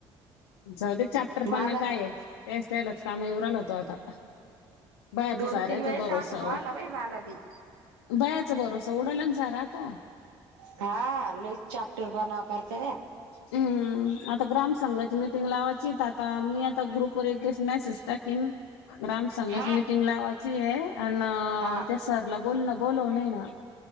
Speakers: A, on the left; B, on the right.
A: जाऊ दे चॅप्टरपणा
B: मला
A: काय आहे. तेच त्यालाच कामं येऊ राहिला तो आता. बयाचा
B: दोन
A: सार्याचा
B: तीन वेळेस
A: भरोसा
B: अनुभव आला
A: ओ.
B: बाई मला बी
A: बयाचा भरोसा उडाला ना सारा आता.
B: हा लईच चॅप्टरपणा करते रे.
A: हम्म आता ग्राम संंघाची मिटिंग लावायची तर आता मी आता ग्रुप वर एक दिवस मेसेज. टाकीन ग्रामसंघाची
B: हा
A: मिटिंग लावायची ए अनं
B: हा
A: त्या सर ला. बोलणं बोलवलंय ना.